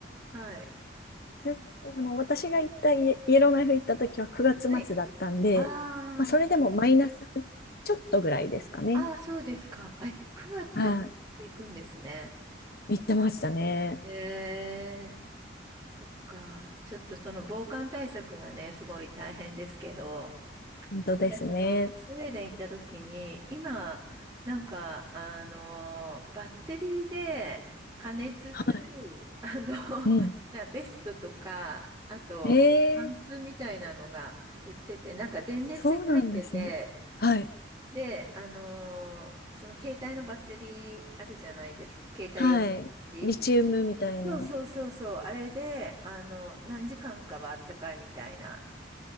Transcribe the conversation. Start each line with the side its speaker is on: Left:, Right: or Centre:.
Right: はい。
Left: そその私が行ったイイエローナイフ行った時は9月末だったんで、
Right: はい。あ
Left: まあ、それでもマイナスちょっとぐらいですかね。
Right: あ、ああ、そうですか。え、9月でも行くんですね。
Left: はい、行ってましたね。
Right: ええ、そっか。ちょっとその防寒対策がね、すごい大変ですけど、
Left: 本当ですね。
Right: だからその、スウェーデン行った時に、今、なんか、あの、バッテリーで加熱する、
Left: はい。
Right: <laughs> あの、
Left: うん。
Right: な、ベストとか、あと、
Left: ええ
Right: パンツみたいなのが売ってて、なんか電熱線が入ってて、
Left: そうなんですね。はい。
Right: で、あの、その携帯のバッテリーあるじゃないですか、携帯用のバッテリー。
Left: はい。リチウムみたいな。
Right: そうそうそうそう、あれで、あの、何時間かはあったかいみたいな。